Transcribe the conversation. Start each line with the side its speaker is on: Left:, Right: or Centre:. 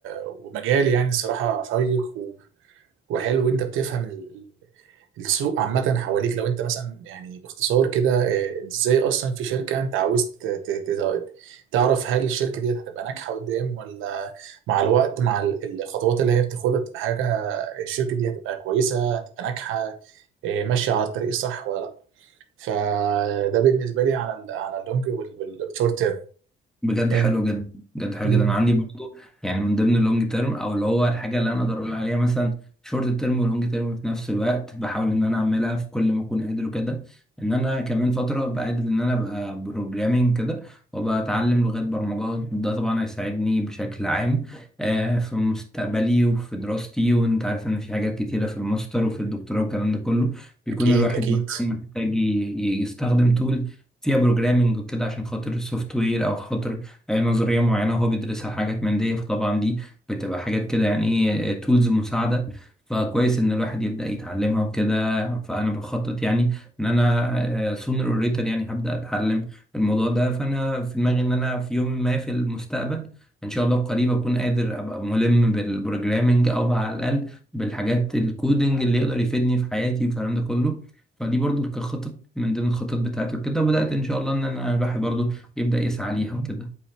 Right: ومجال يعني الصراحه شيق و... وحلو وانت بتفهم ال... السوق عامه حواليك لو انت مثلا يعني باختصار كده آه، ازاي اصلا في شركه انت عاوز ت... ت... ت... تعرف هل الشركه دي هتبقى ناجحه قدام ولا مع الوقت مع ال- الخطوات اللي هي بتاخدها تبقى حاجه الشركه دي هتبقى كويسه هتبقى ناجحه آه، ماشيه على الطريق الصح ولا لا فده بالنسبه لي على ال على اللونج وال- والشورت تيرم
Centre: بجد
Right: يعني
Centre: حلو جدا بجد حلو
Right: مم.
Centre: جدا انا عندي برضو يعني من ضمن اللونج تيرم او اللي هو الحاجه اللي انا اقدر اقول عليها مثلا شورت تيرم ولونج تيرم في نفس الوقت بحاول ان انا اعملها في كل ما اكون قادر وكده ان انا كمان فتره بقدر ان انا ابقى بروجرامينج كده وابقى اتعلم لغات برمجه ده طبعا هيساعدني بشكل عام آه، في مستقبلي وفي دراستي وانت عارف ان في حاجات كتيره في الماستر وفي الدكتوراه والكلام ده كله بيكون
Right: اكيد
Centre: الواحد
Right: اكيد
Centre: مثلا محتاج ي- يستخدم تول فيها بروجرامنج وكده عشان خاطر السوفت وير او خاطر آه، نظريه معينه هو بيدرسها حاجات من دي فطبعا دي بتبقى حاجات كده يعني ايه تولز مساعده فكويس ان الواحد يبدا يتعلمها وكده فانا بخطط يعني ان انا سونر اور ليتر يعني هبدا اتعلم الموضوع ده فانا في دماغي ان انا في يوم ما في المستقبل ان شاء الله قريب اكون قادر ابقى ملم بالبروجرامنج او على الاقل بالحاجات الكودنج اللي يقدر يفيدني في حياتي والكلام ده كله فدي برضو كخطط من ضمن الخطط بتاعته كده وبدأت إن شاء الله إن أنا الواحد برضه يبدأ يسعى ليها وكده